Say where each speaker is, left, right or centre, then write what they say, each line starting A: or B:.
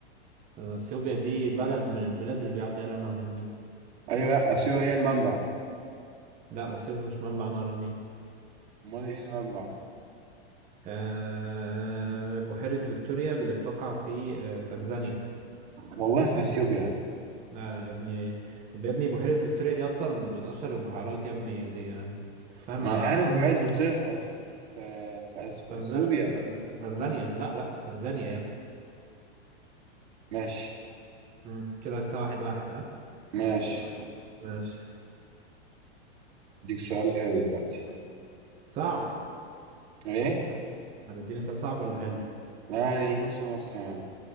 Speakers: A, on the right; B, on the right.
A: آه، اثيوبيا دي بلد من البلاد اللي بيعدي عليها نهر النيل
B: أيوه لا أثيوبيا هي المنبع
A: لا اثيوبيا مش منبع نهر النيل
B: أمال إيه المنبع؟
A: أه... بحيرة فيكتوريا اللي بتقع في آه، تنزانيا
B: والله في أثيوبيا
A: لا لا يا ابني يا ابني بحيرة فيكتوريا دي أصلا من أشهر البحيرات يا ابني دي فاهم
B: ما
A: على
B: أنا عارف
A: خط
B: بعيد فيكتوريا في أس- في في, أس- في
A: تنزانيا
B: أثيوبيا
A: تن- تن- تنزانيا لا لا في تنزانيا يا ابني
B: ماشي
A: مم. كده الساعة واحد واحد ها
B: ماشي
A: ماشي
B: أديك سؤال حلو دلوقتي
A: صعب
B: إيه؟
A: هتديني سؤال صعب ولا حلو
B: يعني نص نص يعني